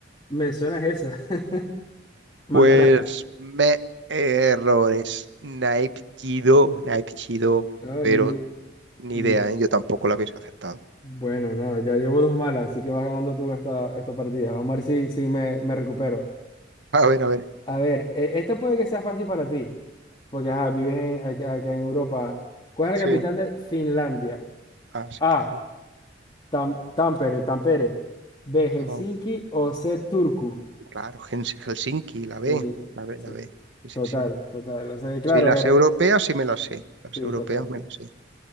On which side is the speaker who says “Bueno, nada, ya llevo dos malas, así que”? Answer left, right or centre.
Left